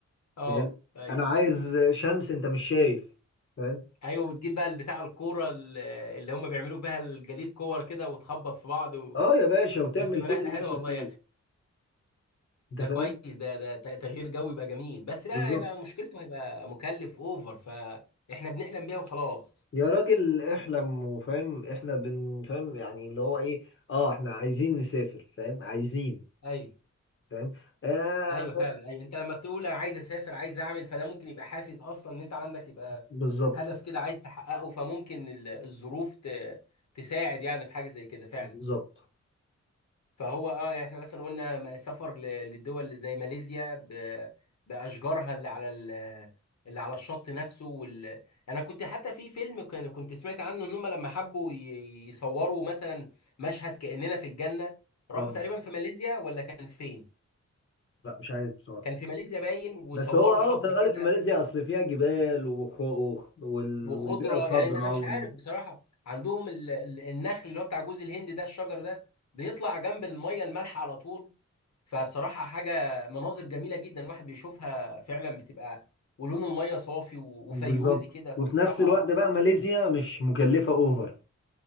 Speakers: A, on the left (about 70°); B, on the left (about 45°).
A: اه
B: فاهم
A: ايوه
B: انا عايز شمس انت مش شايف فاهم
A: ايوه بتجيب بقى البتاع الكوره ال- اللي هم بيعملوا بيها الجليد كور كده وتخبط في بعض و...
B: اه يا باشا وتعمل
A: بس تبقى
B: كل
A: رحله
B: اللي
A: حلوه
B: نفسك
A: والله
B: فيه
A: يا اخي
B: انت
A: ده
B: فاهم
A: كويس ده ده ت- تغيير جو يبقى جميل بس لا
B: بالظبط
A: هيبقى مشكلته هيبقى مكلف اوفر فاحنا بنحلم بيها وخلاص
B: يا راجل احلم وفاهم احنا بن فاهم يعني اللي هو ايه اه احنا عايزين نسافر فاهم عايزين
A: ايوه
B: فاهم آه
A: ايوه فعلا ايوه انت لما تقول انا عايز اسافر عايز اعمل فده ممكن يبقى حافز اصلا ان انت عندك يبقى
B: بالظبط
A: هدف كده عايز تحققه فممكن ال- الظروف ت... تساعد يعني في حاجه زي كده فعلا
B: بالظبط
A: فهو اه يعني احنا مثلا قلنا م- سفر ل- للدول زي ماليزيا ب- باشجارها اللي على ال- اللي على الشط نفسه وال... انا كنت حتى في فيلم كان- كنت سمعت عنه ان هم لما حبوا ي- يصوروا مثلا مشهد كاننا في الجنه راحوا
B: اه
A: تقريبا في ماليزيا ولا كان فين
B: لا مش عارف بصراحه
A: كان في ماليزيا باين وصوروا
B: بس هو اه
A: شط
B: في الغالب
A: كده
B: في ماليزيا اصل فيها جبال وخ... وخ... وال...
A: وخضره
B: والبيئه الخضراء
A: يعني انا مش
B: وال...
A: عارف بصراحه عندهم ال... ال- النخل اللي هو بتاع جوز الهند ده الشجر ده بيطلع جنب الميه المالحه على طول فبصراحة حاجة مناظر جميلة جدا الواحد بيشوفها فعلا بتبقى ولون المية صافي و-
B: بالظبط
A: وفيروزي كده فبصراحة
B: وفي نفس الوقت بقى ماليزيا مش مكلفه اوفر